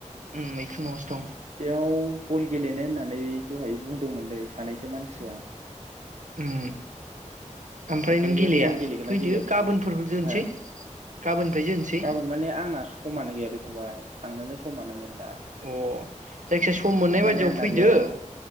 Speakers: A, on the right; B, on the right.
A: उम नआवसो दं
B: बेयाव बल गेलेनो होननानै दहाय बुंदोमोनलै सानैसो मानसिया
A: उम ओमफ्राय
B: ओमफ्राइयो
A: नों गेलेया
B: बल गेलेगोना
A: फैदो
B: गेलेयाखैसै
A: गाबोनफोर जोनोसै
B: हो
A: गाबोननिफ्राय जोनोसै
B: गाबोन माने आंना समानो गैयालै फंबाय थांनोनो समानो मोनला
A: अ जायखिजाया सम मोननाय
B: थारमाने
A: बायदियाव
B: आंना
A: फैदो
B: बेयाव